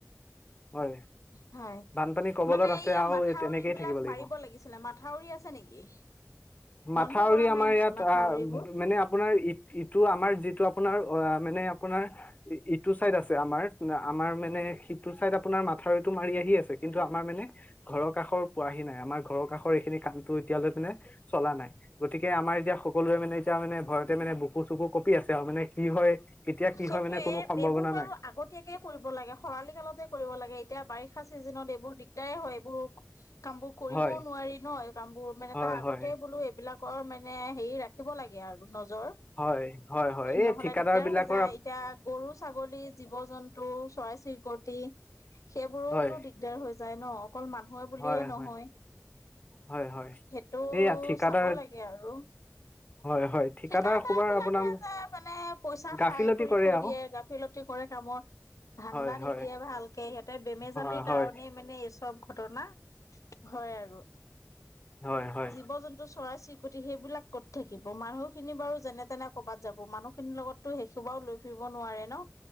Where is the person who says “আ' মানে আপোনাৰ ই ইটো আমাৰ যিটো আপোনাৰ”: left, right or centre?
Left